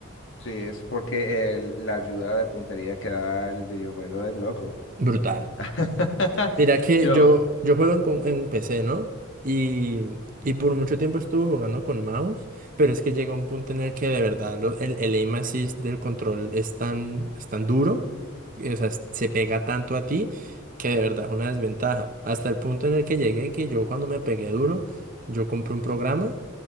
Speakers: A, on the left (about 65°); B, on the right (about 40°).
A: Sí, es porque el- la ayuda de puntería que da el videojuego es loco.
B: Brutal.
A: <laughs>
B: Mira que
A: Yo.
B: yo, yo juego en, com- en PC, ¿no? Y, y por mucho tiempo estuve jugando con mouse, pero es que llega un punto en el que de verdad lo- el, el aim assist del control es tan, es tan duro, y, o sea, es- se pega tanto a ti que de verdad es una desventaja. Hasta el punto en el que llegué que yo cuando me pegué duro, yo compré un programa